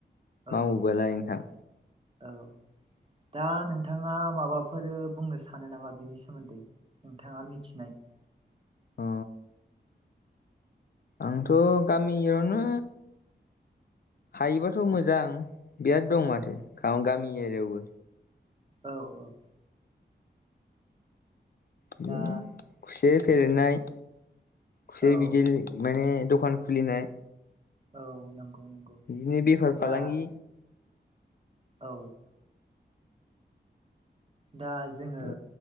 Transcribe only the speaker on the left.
मावोबालाय नोंथां।
अ आंथ' गामियावनो हायोबाथ' मोजां बिराद दं माथो खा गामि एरियावबो।
बिदिनो
खुसेर फेरेननाय खुसेर
बिदै माने दखान खुलिनाय
बिदिनो बेफार
फालांगि
औ